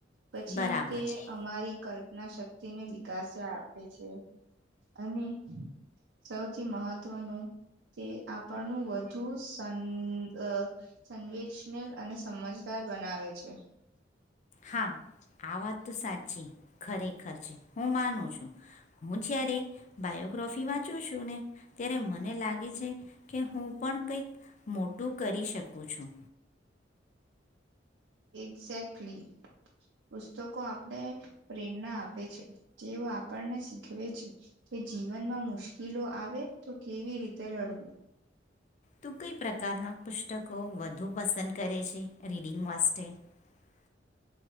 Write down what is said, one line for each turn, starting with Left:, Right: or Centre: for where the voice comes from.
Right: પછી
Left: બરાબર
Right: તે
Left: જે
Right: અમારી કલ્પના શક્તિ ને વિકાસ આપે છે. અને સૌ જે મહત્વનું જે આપ પરનું વધુ સ સ અહ સંવેચશનીલ અને સમજદાર બનાવે છે.
Left: હા આ વાત તો સાચી, ખરેખર છે, હું માનું છું. હું જ્યારે બાયોગ્રોફી વાંચું છું ને ત્યારે મને લાગે છે કે હું પણ કંઈક મોટું કરી શકું છું.
Right: એક્ઝેક્ટલી. પુસ્તકો આપણે પ્રેરણા આપે છે. તેઓ આપણને શીખવે છે, કે જીવનમાં મુશ્કિલો આવે તો કેવી રીતે લડવું.
Left: તું કઈ પ્રકારના પુસ્તકો વધુ પસંદ કરે છે રીડિંગ માટે વાસ્ટે?